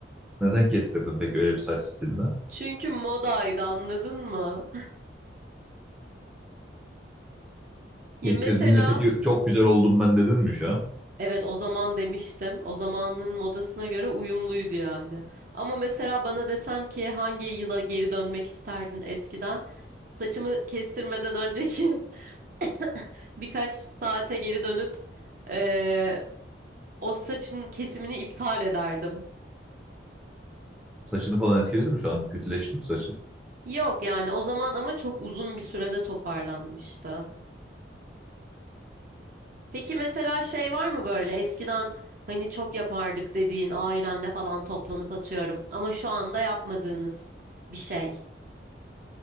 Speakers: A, in the centre; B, on the right (about 50°).
A: Neden kestirdin peki öyle bir saç stilinde?
B: Çünkü modaydı anladın mı? <laughs> Ya
A: Kestirdiğinde
B: mesela
A: peki çok güzel oldum ben dedin mi şu an?
B: Evet o zaman demiştim. O zamanın modasına göre uyumluydu yani. Ama mesela bana desen ki hangi yıla geri dönmek isterdin eskiden? Saçımı kestirmeden önceki <laughs> birkaç saate geri dönüp eee, o saçın kesimini iptal ederdim.
A: Saçını falan etkiledi mi şu an? Kötüleşti mi saçın?
B: Yok yani o zaman ama çok uzun bir sürede toparlanmıştı. Peki mesela şey var mı böyle eskiden hani çok yapardık dediğin ailenle falan toplanıp atıyorum ama şu anda yapmadığınız bir şey?